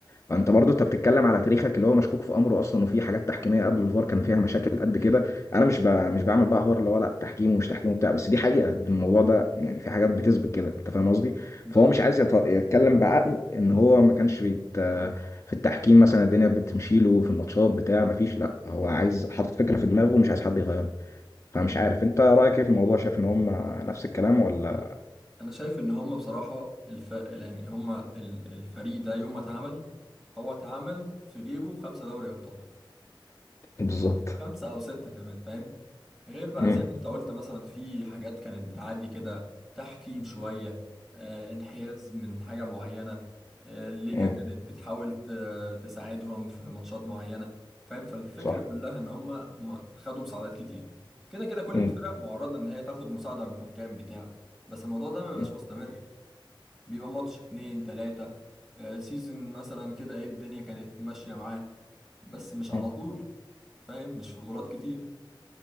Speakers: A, on the left; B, in the centre.
A: فانت برضو انت بتتكلم على تاريخك اللي هو مشكوك في امره اصلا وفي حاجات تحكيميه قبل الفار كان فيها مشاكل قد كده انا مش ب... مش بعمل بقى حوار اللي هو لا تحكيم ومش تحكيم وبتاع بس دي حقيقه الموضوع ده يعني في حاجات بتثبت كده انت فاهم قصدي فهو
B: ده
A: مش عايز يت... يتكلم بعقل ان هو ما كانش بيت... في التحكيم مثلا الدنيا بتمشي له في الماتشات بتاع ما فيش لا هو عايز حاطط فكره في دماغه ومش عايز حد يغيرها فمش عارف انت رايك ايه في الموضوع شايف ان هم نفس الكلام ولا
B: انا شايف ان هم بصراحه الفرق يعني هم ال- الفريق ده يوم ما اتعمل هو اتعمل في جيبه خمسه دوري ابطال
A: بالظبط
B: خمسه او سته كمان فاهم غير بقى
A: امم
B: زي ما انت قلت مثلا في حاجات كانت بتعدي كده تحكيم شويه آه انحياز من حاجه معينه آه الليجا
A: امم
B: كانت بتحاول ت- تساعدهم في ماتشات معينه فاهم فالفكره
A: صح
B: كلها ان هم هم خدوا مساعدات كتير كده كده كل
A: مم.
B: الفرق معرضه ان هي تاخد مساعده من حكام بتاع بس الموضوع ده ما بيبقاش
A: مم.
B: مستمر بيبقى ماتش اتنين تلاتة آه، سيزن مثلا كده ايه الدنيا كانت ماشية معاه بس مش على
A: مم.
B: طول فاهم مش في بطولات كتير